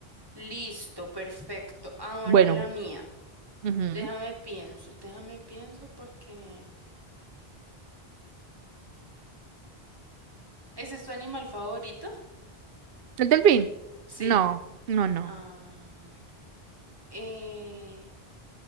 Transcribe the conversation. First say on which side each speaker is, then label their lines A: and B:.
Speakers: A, on the right; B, on the right.
A: listo, perfecto. Ahora
B: Bueno,
A: la mía.
B: ujú.
A: Déjame pienso, déjame pienso porque... ¿Ese es tu animal favorito?
B: ¿El delfín?
A: Sí.
B: No, no, no.
A: Ah, bueno. Eh,